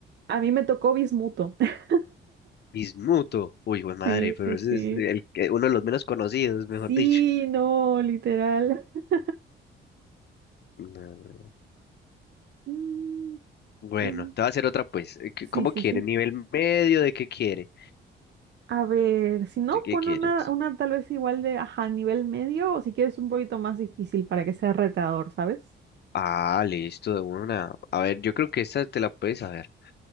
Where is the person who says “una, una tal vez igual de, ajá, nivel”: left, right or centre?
Right